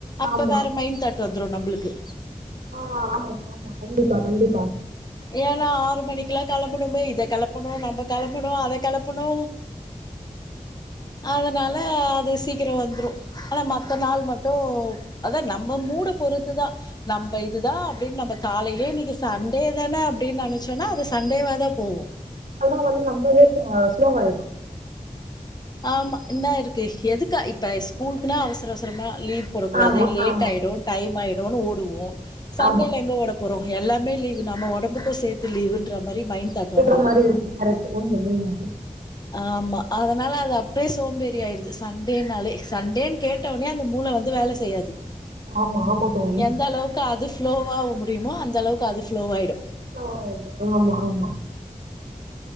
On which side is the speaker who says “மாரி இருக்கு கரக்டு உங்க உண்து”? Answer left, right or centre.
Right